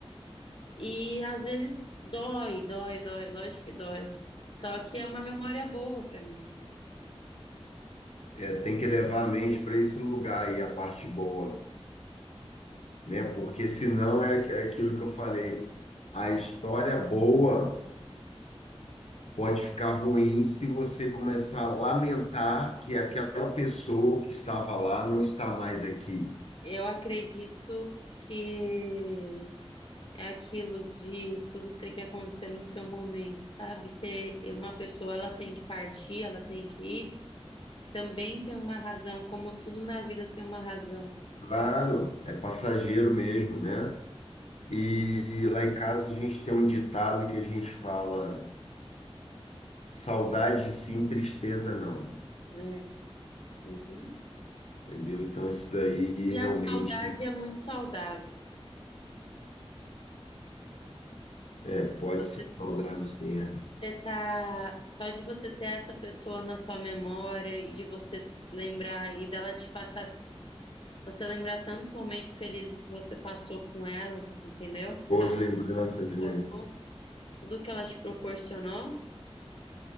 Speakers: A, on the left; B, on the left.
A: E às vezes dói, dói, dói, lógico que dói. Só que é uma memória boa para mim.
B: é, tem que levar a mente para esse lugar aí, a parte boa, né? Porque senão é, é aquilo que eu falei, a história boa. pode ficar ruim se você começar a lamentar que aquela pessoa que estava lá não está mais aqui.
A: Eu acredito que é aquilo de tudo ter que acontecer no seu momento, sabe? Se uma pessoa ela tem que partir, ela tem que ir, também tem uma razão, como tudo na vida tem uma razão,
B: Claro, é passageiro mesmo, né? E, e lá em casa a gente tem um ditado que a gente fala: saudade sim, tristeza não.
A: né? Uhum.
B: Entendeu? Então isso daí
A: E
B: realmente
A: a saudade é muito saudável.
B: é, pode
A: Você,
B: ser saudável, sim. É.
A: você tá, só de você ter essa pessoa na sua memória e de você lembrar e dela te passar, você lembrar tantos momentos felizes que você passou com ela, entendeu?
B: Boas
A: Que ela te
B: lembranças, né?
A: tornou tudo que ela te proporcionou,